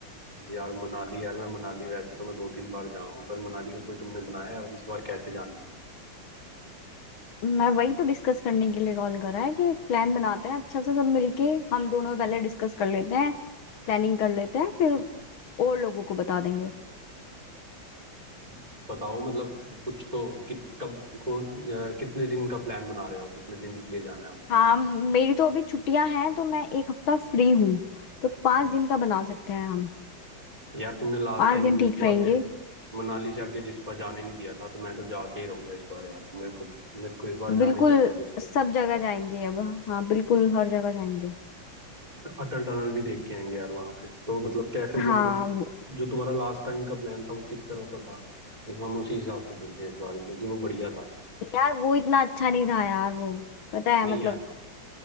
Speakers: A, on the right; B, on the left.
A: यार मनाली यार मैं मनाली वैसे तो मैं दो तीन बार जा हूँ पर मनाली का कोई तुमने बनाया है इस बार कैसे जाना
B: मैं वही तो डिस्कस करने के लिए कॉल करा है कि एक प्लान बनाते हैं अच्छा सा सब मिलके हम दोनों पहले डिस्कस कर लेते हैं प्लानिंग कर लेते हैं फिर और लोगों को बता देंगे
A: है बताओ मतलब कुछ तो कि, कब कौन अ, कितने दिन का प्लान बना रहे हो कितने दिन के लिए जाना है हमने
B: हाँ मेरी तो अभी छुट्टियां हैं तो मैं एक हफ्ता फ्री हूँ तो पाँच
A: हम्म,
B: दिन का बना सकते हैं हम
A: यार तुमने लास्ट
B: पांच
A: टाइम
B: दिन
A: मेरे
B: ठीक
A: को
B: रहेंगे
A: आगे मनाली से आगे जिस पर जाने नहीं दिया था तो मैं तो जाके ही रहूंगा इस बार यार मेरे को मेरे को इस बार जाने
B: बिल्कुल
A: ही जाना है जिस पे
B: सब जगह जाएंगे अब हाँ बिल्कुल हर जगह जाएंगे
A: अटल टनल भी देख के आएंगे यार वहां पे तो मतलब कैसे जो
B: हाँ
A: तुम
B: वो,
A: जो तुम्हारा लास्ट टाइम का प्लान था वो किस तरह का था हम उसी हिसाब से चलते हैं इस बार भी, क्योंकि वो बढ़िया था
B: यार वो इतना अच्छा नहीं था यार वो पता है
A: नहीं
B: मतलब
A: यार